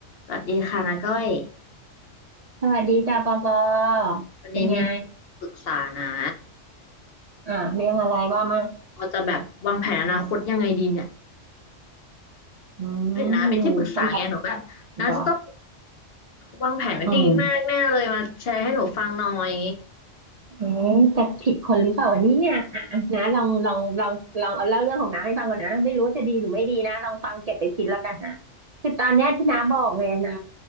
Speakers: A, on the left (about 60°); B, on the right (about 80°).
A: สวัสดีค่ะนาก้อย
B: สวัสดีจ้าปอปอ
A: วันนี้มี
B: เป็นไง
A: ปรึกษานะ
B: อ่าเรื่องอะไรว่ามา
A: เราจะแบบวางแผนอนาคตยังไงดีเนี่ย
B: อืม
A: เห็นนะเป็นที่ปรึกษาไงหนูแบบนาจะต้อง
B: สำหรับเหรอ
A: วางแผนไว้ดีมากแน่เลยมาแชร์ให้หนูฟังหน่อย
B: อืม เอ๊ะจะผิดคนหรือเปล่าวะเนี่ยอ่ะอ่ะนะลองลองลองลองเอาเล่าเรื่องของน้าให้ฟังก่อนนะไม่รู้ว่าจะดีหรือไม่ดีนะลองฟังเก็บไปคิดแล้วกันนะคือตอนเนี้ยที่น้าบอกไงนะ